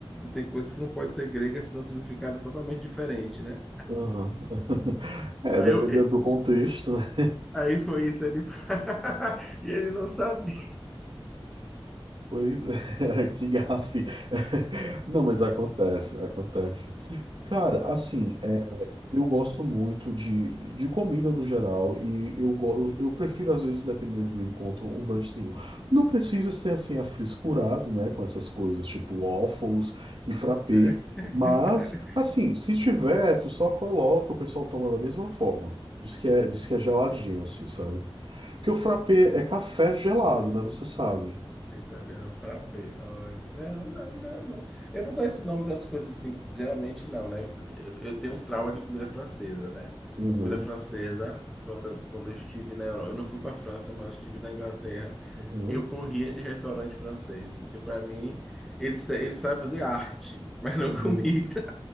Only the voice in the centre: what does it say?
tem coisas que não pode ser grega, senão o significado é totalmente diferente, né?
Aí,
eu, é,
aí foi isso, ele... <laughs> e ele não sabia.
É. <laughs>
Aí também não frappei. Ai, não, não, não, não. Eu não conheço o nome das coisas assim, geralmente não, né? Eu, eu tenho um trauma de comida francesa, né?
Comida francesa, quando, quando eu estive na Europa, eu não fui para a França, mas estive na Inglaterra,
eu corria de restaurante francês, porque para mim eles, sa- eles sabem fazer arte, <laughs> mas não
comida.